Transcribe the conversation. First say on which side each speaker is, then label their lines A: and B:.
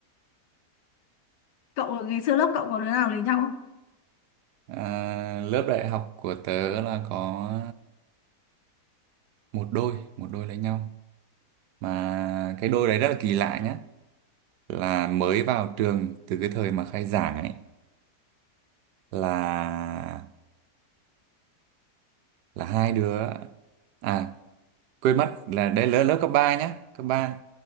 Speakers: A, on the left (about 85°); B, on the right (about 80°).
A: cậu ngày xưa lớp cậu có đứa nào lấy nhau không
B: à, lớp đại học của tớ là có một đôi một đôi lấy nhau mà cái đôi đấy rất là kỳ lạ nhá là mới vào trường từ cái thời mà khai giảng ấy là là hai đứa à quên mất là đấy lớp lớp cấp 3 nhá cấp ba